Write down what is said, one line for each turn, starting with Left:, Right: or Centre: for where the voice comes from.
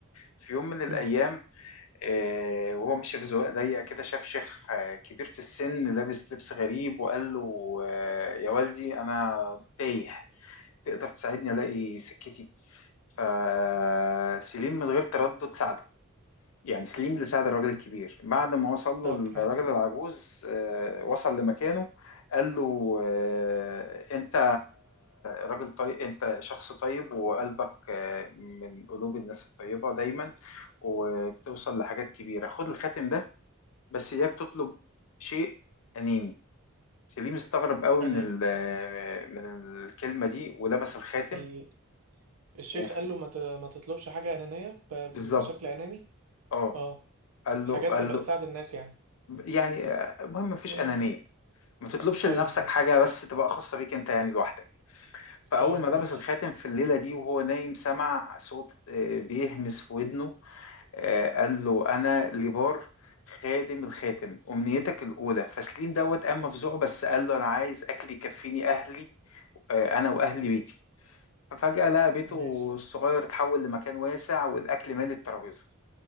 Left: في يوم من الأيام
Right: اه
Left: آه، وهو ماشي في زوايا ضيقة كده شاف شيخ آه، كبير في السن لابس لبس غريب وقال له آه، يا والدي أنا تايه تقدر تساعدني ألاقي سكتي فسليم من غير تردد ساعده يعني سليم اللي ساعد الراجل الكبير بعد ما وصل له
Right: طب
Left: الراجل
Right: حلو
Left: العجوز آه، وصل لمكانه قال له آه، انت راجل طيب انت شخص طيب وقلبك آه، من قلوب الناس الطيبة دايما وبتوصل لحاجات كبيرة خد الخاتم ده بس اياك تطلب شيء أناني سليم استغرب قوي
Right: اناني
Left: من ال- آه، من الكلمة دي ولبس الخاتم
Right: ال... الشيخ
Left: وف-
Right: قال له ما, ت... ما تطلبش حاجه انانيه ب... ب-
Left: بالظبط
Right: بشكل اناني
Left: اه
Right: اه
Left: قال
Right: حاجات
Left: له قال
Right: تبقى
Left: له
Right: تساعد الناس يعني
Left: يعني آه، المهم مفيش
Right: آه،
Left: أنانية ما تطلبش
Right: طيب
Left: لنفسك
Right: ماشي
Left: حاجة بس تبقى خاصة بيك انت يعني لوحدك فأول
Right: طيب
Left: ما لبس
Right: ماشي
Left: الخاتم في الليلة دي وهو نايم سمع صوت آه، بيهمس في ودنه آه، قال له أنا ليبار خادم الخاتم أمنيتك الأولى فسليم دوت قام مفزوع بس قال له أنا عايز أكل يكفيني أهلي آه، أنا وأهلي بيتي ففجأة لقى بيته
Right: ماشي
Left: الصغير اتحول لمكان واسع والأكل مالي الترابيزة